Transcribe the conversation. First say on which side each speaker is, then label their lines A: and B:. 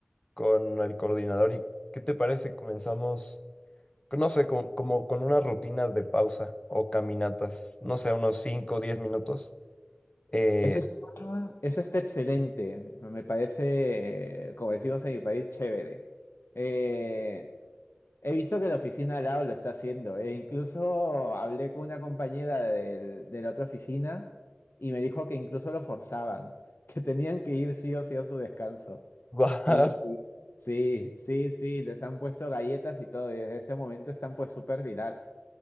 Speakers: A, on the left; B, on the left.
A: con el coordinador y ¿qué te parece? si Comenzamos. No sé, como, como con unas rutinas de pausa o caminatas, no sé, unos 5 o 10 minutos. Eh,
B: Eso está, eso está excelente, me parece, eh, como decimos en mi país, chévere. Eh, He visto que la oficina al lado lo está haciendo. E incluso hablé con una compañera del- de la otra oficina y me dijo que incluso lo forzaban, <laughs> que tenían que ir sí o sí a su descanso.
A: guau,
B: Y y- sí, sí, sí, les han puesto galletas y todo, y desde ese momento están pues súper relax.